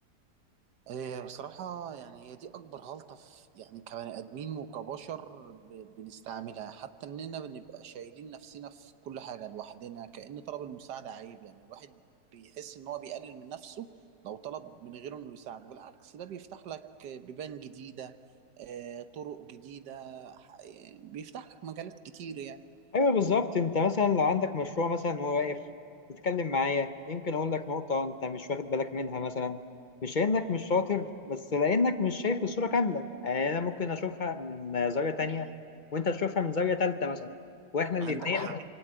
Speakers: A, on the right; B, on the left.
A: إيه بصراحة يعني هي دي أكبر غلطة في يعني كبني آدمين وكبشر ب- بنستعملها حتى إننا بنبقى شايلين نفسنا في كل حاجة لوحدنا كأن طلب المساعدة عيب يعني الواحد بيحس إن هو بيقلل من نفسه لو طلب من غيره إنه يساعده بالعكس ده بيفتح لك بيبان جديدة آه، طرق جديدة ح- يعني بيفتح لك مجالات كتير يعني
B: ايوه بالظبط انت مثلا لو عندك مشروع مثلا وهو واقف تتكلم معايا يمكن اقول لك نقطة انت مش واخد بالك منها مثلا مش لانك مش شاطر بس لانك مش شايف الصورة كاملة يعني انا ممكن اشوفها من زاوية تانية وانت تشوفها من زاوية تالتة مثلا واحنا الاتنين
A: عندك حق